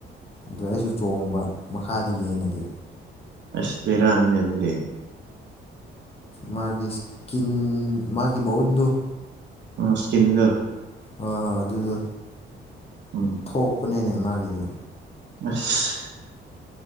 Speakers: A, on the left (about 30°); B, on the right (about 65°).
A: ꯑꯗ ꯑꯩꯁꯨ ꯆꯣꯡꯕ ꯃꯈꯥꯗꯒꯤ ꯑꯩꯅꯗꯤ
B: ꯑꯁ ꯄꯔꯥꯅꯤ ꯑꯗꯨꯗꯤ
A: ꯃꯥꯒꯤ ꯏꯁꯀꯤꯟ ꯃꯥꯒꯤ ꯃꯎꯟꯗꯨ
B: ꯎ ꯁꯤꯀꯤꯖ
A: ꯍꯣꯏ ꯍꯣꯏ ꯑꯗꯨꯗꯣ
B: ꯎꯝ
A: ꯊꯣꯛꯄꯅꯦꯅꯦ ꯃꯥꯒꯤꯗꯤ
B: ꯑꯁ